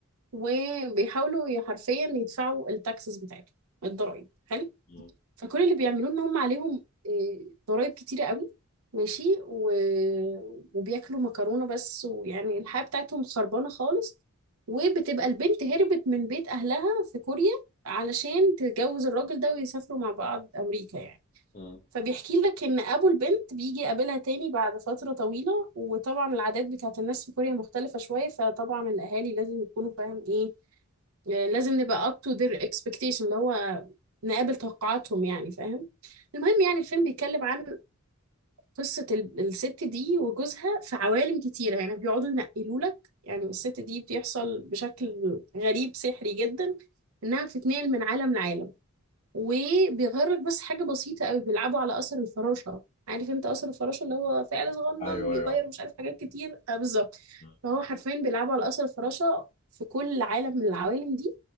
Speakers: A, on the right; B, on the left.
A: وبيحاولوا حرفيا يدفعوا التاكسز بتاعتهم الضرايب حلو
B: مم.
A: فكل اللي بيعملوه ان هم عليهم آه، ضرائب كتيرة قوي ماشي و... وبياكلوا مكرونة بس ويعني الحياة بتاعتهم خربانة خالص وبتبقى البنت هربت من بيت أهلها في كوريا علشان تتجوز الراجل ده ويسافروا مع بعض أمريكا يعني
B: مم.
A: فبيحكي لك إن أبو البنت بيجي يقابلها تاني بعد فترة طويلة وطبعا العادات بتاعت الناس في كوريا مختلفة شوية فطبعا الأهالي لازم يكونوا فاهم إيه لازم نبقى up to their expectation اللي هو نقابل توقعاتهم يعني فاهم المهم يعني الفيلم بيتكلم عن قصة ال- الست دي وجوزها في عوالم كتيرة يعني بيقعدوا ينقلوا لك يعني الست دي بيحصل بشكل غريب سحري جدا انها بتتنقل من عالم لعالم وبيغير لك بس حاجة بسيطة قوي بيلعبوا على أثر الفراشة عارف انت أثر الفراشة اللي هو فعل صغنن
B: ايوه
A: بيغير
B: ايوه
A: مش عارف حاجات كتير آه بالظبط
B: مم.
A: فهو حرفيا بيلعبوا على أثر الفراشة في كل عالم من العوالم دي